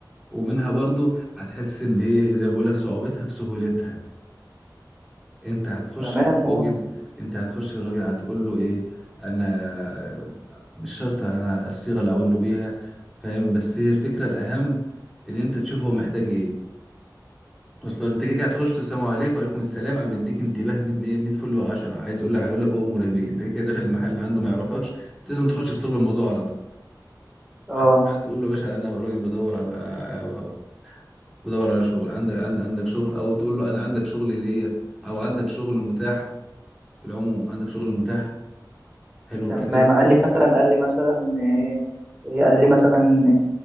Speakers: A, in the centre; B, on the right (about 15°).
A: ومنها برضو هتحس ان ايه زي ما بقول لك صعوبتها في سهولتها انت هتخش
B: تمام قول
A: للراجل انت هتخش للراجل هتقول له ايه انا مش شرط انا الصيغه اللي هقول له بيها فاهم بس هي الفكره الاهم ان انت تشوف هو محتاج ايه اصلا انت كده كده هتخش السلام عليكم وعليكم السلام انا بديك انتباه 100 100 فل و10 عايز اقول لك هيقول لك اؤمر يا بيه انت كده كده داخل المحل اللي عنده ما يعرفكش لازم تخش في صلب الموضوع على طول
B: اه
A: واخد بالك؟ تقول له يا باشا انا راجل بدور على بدور على شغل عندك عند- عندك شغل او تقول له انا عندك شغل ليا او عندك شغل متاح في العموم عندك شغل متاح حلو
B: تمام
A: الكلام
B: قال لي مثلا قال لي مثلا إيه إيه، قال لي مثلا